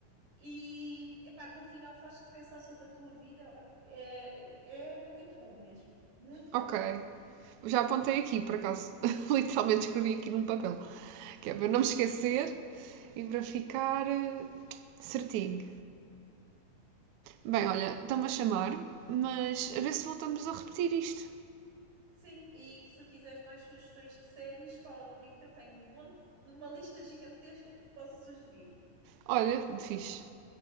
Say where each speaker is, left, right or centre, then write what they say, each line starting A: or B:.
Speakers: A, on the right; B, on the right.
A: E epá, no final faz-te pensar sobre a tua vida. É, é é muito bom mesmo, muito
B: Ok.
A: bom.
B: Já apontei aqui, por acaso. <laughs> Literalmente escrevi aqui num papel. Que é para não me esquecer e para ficar eh, certinho. Bem, olha, estão-me a chamar, mas a ver se voltamos a repetir isto.
A: Sim, e se quiseres mais sugestões de séries, fala comigo que eu tenho um monte, uma lista gigantesca que te posso sugerir.
B: Olha, fixe.